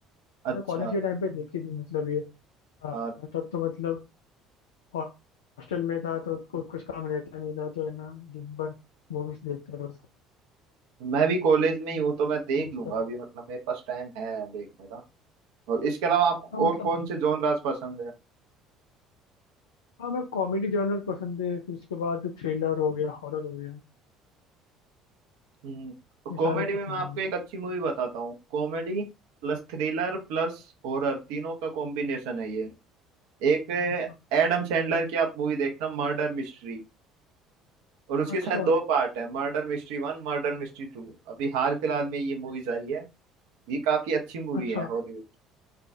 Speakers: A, on the right; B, on the left.
A: अच्छा
B: मैं कॉलेज के टाइम पे देखी थी मतलब ये हाँ,
A: हाँ
B: तब तो मतलब हॉस्टल में था तो को, कुछ काम रहता नहीं था तो है ना दिन भर मूवीज देखते रहो सब।
A: मैं भी कॉलेज में ही हूँ तो मैं देख
B: तो उस
A: लूंगा
B: टाइम
A: अभी मतलब मेरे पास टाइम है देखने का और इसके अलावा आपको
B: हाँ मतलब
A: और कौन
B: देख
A: से जॉनर्स पसंद है
B: हाँ मैं कॉमेडी जॉनर पसंद है फिर उसके बाद थ्रिलर हो गया हॉरर हो गया
A: हम्म तो
B: ये
A: कॉमेडी
B: सारे पसंद
A: में मैं आपको
B: है मुझको
A: एक अच्छी मूवी बताता हूँ Comedy plus thriller plus horror तीनों का कॉम्बिनेशन है ये एक
B: अच्छा
A: एडम सैंडलर की आप मूवी देखना मर्डर मिस्ट्री और उसके
B: अच्छा
A: साथ दो पार्ट है Murder Mystery one Murder Mystery two अभी हाल फिलहाल में ये मूवीज आई है ये काफी अच्छी मूवी
B: अच्छा
A: है हॉलीवुड